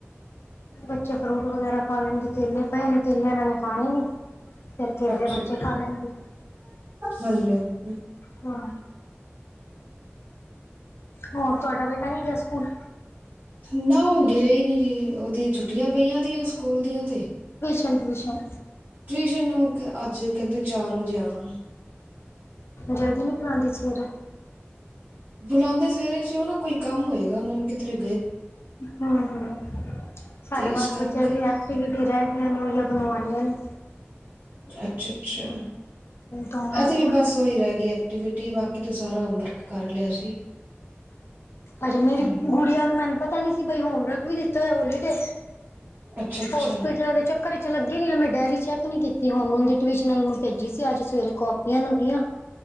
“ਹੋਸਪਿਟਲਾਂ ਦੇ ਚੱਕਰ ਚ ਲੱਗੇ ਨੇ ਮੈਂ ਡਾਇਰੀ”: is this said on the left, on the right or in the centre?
Left